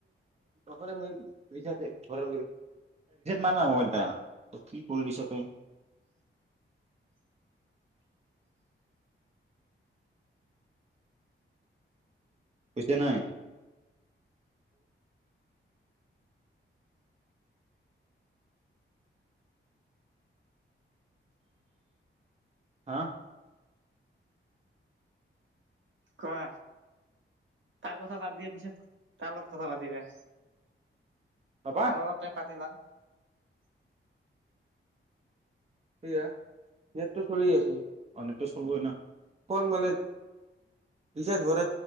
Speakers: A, on the right (about 30°); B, on the right (about 65°).
A: ভ মলৰিচাৰ্ ম নাই মবাইল কি কৰি দিছ তই
B: <unintelligible>
A: বুজছে নাই হা
B: কোৱা তাৰ কথা বাদ দিয়া পিছত তাৰ লগত কথা পাতিিবা
A: পাপা
B: আৰু অলপ টাইম পাতিলাম
A: সেয়া নেটটো চলি আছে অ' নেটটো চলবই না অকল মানে বিচাৰ ভৰ